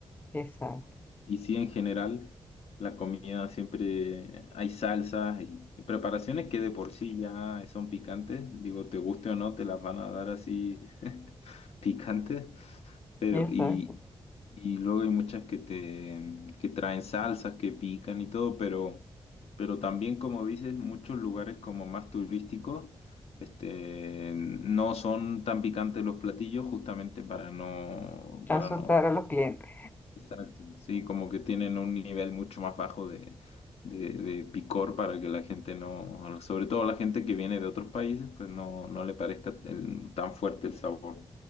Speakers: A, on the left (about 15°); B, on the left (about 80°).
A: exacto,
B: Y sí, en general, la comida siempre hay salsas y preparaciones que de por sí ya son picantes. Digo, te guste o no, te las van a dar así <laughs> picantes. Pero,
A: exacto,
B: y, y luego hay muchas que te que traen salsas, que pican y todo, pero, pero también, como dices, muchos lugares como más turísticos, este, no son tan picantes los platillos justamente para no,
A: asustar
B: para no
A: a los clientes,
B: Exacto, sí, como que tienen un nivel mucho más bajo de, de, de picor para que la gente no, sobre todo la gente que viene de otros países, pues no, no le parezca el- tan fuerte el sabor.